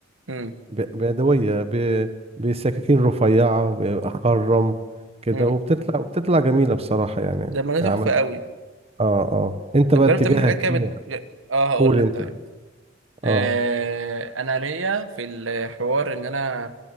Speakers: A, on the right; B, on the right.
A: امم
B: ب- بيدوية ب- بسكاكين رفيعة بخرم كده
A: امم
B: وبتطلع وبتطلع جميلة بصراحة يعني
A: ده ما ده
B: عمل
A: تحفة قوي
B: اه اه انت
A: لو
B: بقى
A: جربت
B: اتجاهك
A: تعمل حاجات كده
B: ايه
A: بت... اه هقول
B: قول
A: لك
B: انت
A: طيب
B: اه
A: آه انا ليا في الحوار ان انا